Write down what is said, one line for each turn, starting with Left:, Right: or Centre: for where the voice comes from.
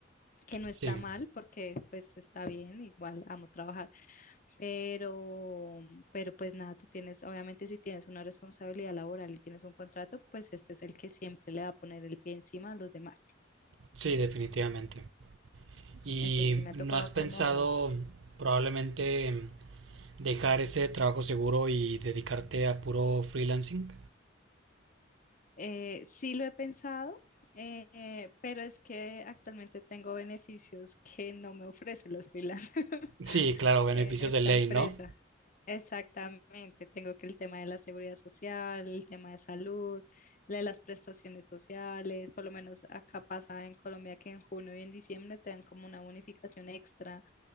Left: que no está
Right: Sí,
Left: mal porque pues está bien, igual amo trabajar pero, pero pues nada, tú tienes, obviamente si tienes una responsabilidad laboral y tienes un contrato, pues este es el que siempre le va a poner el pie encima a los demás.
Right: sí, definitivamente. ¿Y
Left: Entonces sí me
Right: no
Left: ha tocado
Right: has pensado
Left: como,
Right: probablemente dejar ese trabajo seguro y dedicarte a puro freelancing?
Left: eh, sí lo he pensado, eh, eh, pero es que actualmente tengo beneficios que no me ofrecen los freelancers. <laughs>
Right: Sí, claro, beneficios
Left: en esta
Right: de ley,
Left: empresa.
Right: ¿no?
Left: Exactamente, tengo que el tema de la seguridad social, el tema de salud, la de las prestaciones sociales, por lo menos acá pasa en Colombia que en junio y en diciembre te dan como una bonificación extra